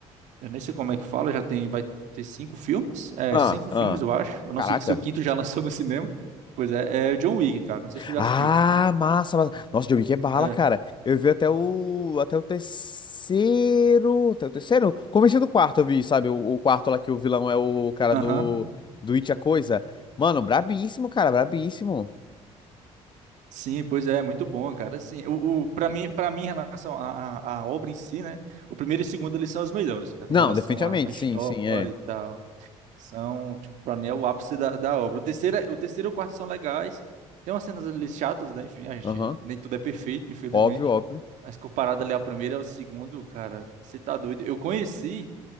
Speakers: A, on the right; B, on the left.
A: Eu nem sei como é que fala, já tem. Vai ter cinco filmes? É,
B: ah,
A: cinco
B: ah.
A: filmes, eu acho. Eu não
B: Caraca.
A: sei se o quinto já <laughs> lançou no cinema. Pois é, é o John Wick, cara. Não sei se tu já
B: Ah,
A: assistiu.
B: massa, massa. Nossa, John Wick é bala,
A: É.
B: cara. Eu vi até o, até o terceiro, até o terceiro, comecei do quarto, eu vi, sabe? O, o quarto lá que o vilão é o cara
A: Aham.
B: do, do It a Coisa. Mano, brabíssimo, cara, brabíssimo.
A: Sim, pois é, muito bom, cara. Assim, o, o para mim, para mim em relação à à- à obra em si, né? O primeiro e o segundo eles são os melhores, cara,
B: Não,
A: em relação
B: definitivamente,
A: à à história
B: sim, sim, é.
A: e tal. São, tipo, para mim é o ápice da, da obra. O terceiro, é- o terceiro e o quarto são legais. Tem umas cenas ali chatas, né? Enfim, a gente
B: Aham,
A: nem tudo é perfeito, infelizmente.
B: Óbvio, óbvio.
A: Mas comparado ali ao primeiro e ao segundo, cara, você tá doido. Eu conheci,